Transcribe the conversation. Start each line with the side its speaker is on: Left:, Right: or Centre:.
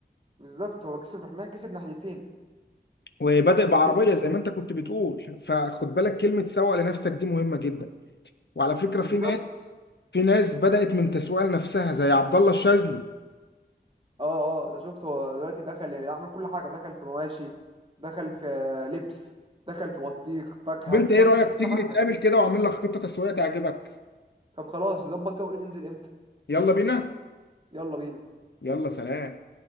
Right: بالظبط هو كسب احنا كسب ناحيتين
Left: وبادئ
Right: يعني
Left: بعربيه
Right: كسب
Left: زي ما انت كنت بتقول فخد بالك كلمه سوق لنفسك دي مهمه جدا وعلى فكره
Right: بالظبط
Left: في ناس في ناس بدات من تسويق لنفسها زي عبد الله الشاذلي
Right: اه اه ده شفت هو دلوقتي دخل يعني عمل كل حاجة دخل في مواشي دخل في لبس دخل في بطيخ فاكهة
Left: طب انت ايه
Right: دخل
Left: رايك
Right: في كل
Left: تيجي
Right: حاجة
Left: نتقابل كده واعمل لك خطه تسويقيه تعجبك
Right: طب خلاص ظبط كده وقولي ننزل امتى
Left: يلا بينا
Right: يلا بينا
Left: يلا سلام